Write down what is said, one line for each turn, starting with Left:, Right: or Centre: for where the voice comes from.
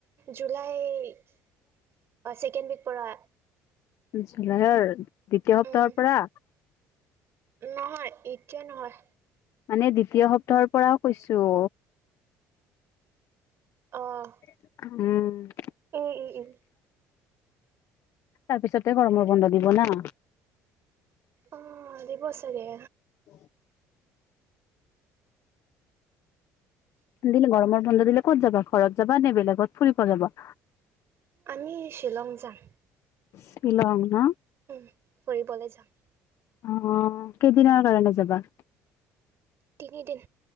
Right: জুলাই ছেকেণ্ড উইক পৰা।
Left: জুলাইৰ দ্বিতীয় সপ্তাহৰ
Right: উম,
Left: পৰা।
Right: নহয় এতিয়া নহয়।
Left: মানে দ্বিতীয় সপ্তাহৰ পৰা কৈছোঁ।
Right: অ'।
Left: উম।
Right: উম উম উম।
Left: তাৰ পিছতে গৰমৰ বন্ধ দিব না।
Right: অ' দিব চাগে।
Left: <inaudible> দিলে গৰমৰ বন্ধ দিলে ক'ত যাবা? ঘৰত যাবা নে বেলেগত ফুৰিব যাবা।
Right: আমি শ্বিলং যাম।
Left: শ্বিলং ন।
Right: উম ফুৰিবলে যাম।
Left: অ' কেইদিনৰ কাৰণে যাবা?
Right: তিনিদিন।